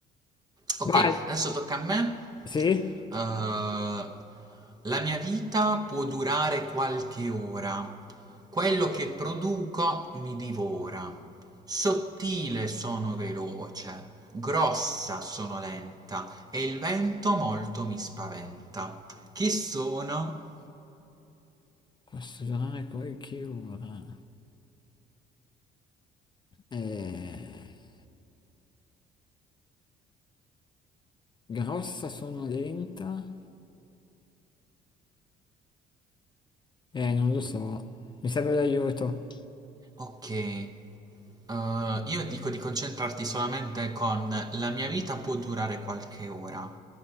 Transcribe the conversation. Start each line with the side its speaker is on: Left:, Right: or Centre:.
Right: Ok,
Left: vai,
Right: adesso tocca a me.
Left: sì?
Right: Eh, la mia vita può durare qualche ora. Quello che produco mi divora. Sottile sono veloce, grossa sono lenta e il vento molto mi spaventa. Chi sono?
Left: Posso durare qualche ora. Eh, grossa sonolenta? Eh, non lo so, mi serve l'aiuto.
Right: Ok. Eh, io dico di concentrarti solamente con la mia vita può durare qualche ora